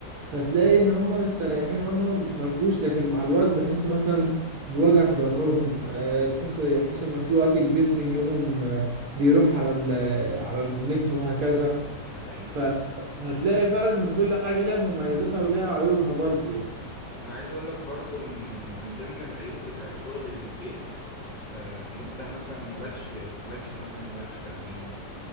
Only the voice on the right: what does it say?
فتلاقي ان هم مستريحين اه ان هم ما بيتحركوش لكن مع الوقت بيحسوا مثلا بوجع في ظهرهم آه، تحس يحسوا ان في وقت كبير من يومهم آه، بيروح على ال- على النت وهكذا
ف-
فهتلاقي فعلا ان كل حاجة ليها مميزاتها وليها عيوبها برضو يعني